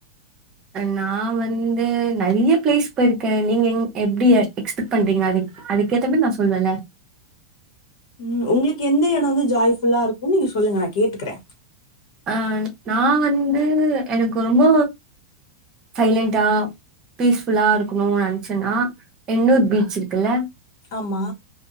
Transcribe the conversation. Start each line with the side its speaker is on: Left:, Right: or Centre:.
Right: நான் வந்து நெறய பிளேஸ் போயிருக்கே நீங்க எப்படி எக்ஸ்பெக்ட் பண்றீங்க அது அதுக்கேத்த மாரி நா சொல்வலே
Left: உம் உங்களுக்கு எந்த இடம் வந்து ஜாய்ஃபுல்லா இருக்கு நீங்க சொல்லுங்க நான் கேட்டுக்கறே
Right: அஹ் நாவந்து எனக்கு ரொம்ப சைலண்டா பீஸ்ஃபுல்லா இருக்கணும்னு நினைச்சேன்னா எண்ணூர் பீச் இருக்குல்ல
Left: ஆமா